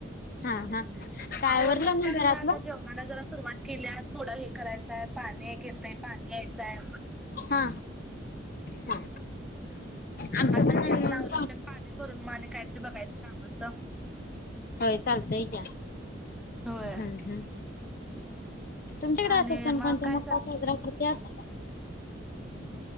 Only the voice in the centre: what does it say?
आवरल
आता
बघा आता जेवणाला जरा सुरुवात. केल्या थोडं हे करायचंय पाणी एक येतय पाणी यायचंय.
आता
जेवण आवरून तेन पाणी भरून मग आणि काहीतरी बघायचं कामाच!
होय.
आणि
मग
काय
चाल